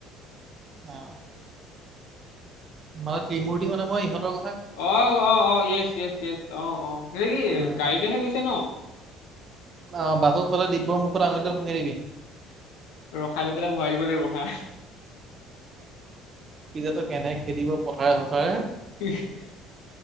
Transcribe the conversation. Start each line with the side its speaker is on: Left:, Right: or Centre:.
Right: অ'। মান, ত্ৰিমূৰ্তি, মানে, মই ইহতৰ
Left: অ', অ', অ', য়েচ, য়েচ, য়েছ। অ', অ', সিহঁতে কি
Right: উম
Left: গাড়ী লৈহে গৈছে ন।
Right: অ, বাটত পালে, দিব্যৰ মুখত, আঙুলিডাল <unintelligible> দিবি।
Left: ৰখাই লৈ পেলাই, ভৰাই দিব লাগিব ৰখা।
Right: পিছত, তোক কেনেকে খেদিব, পথাৰে-চথাৰে।
Left: <unintelligible>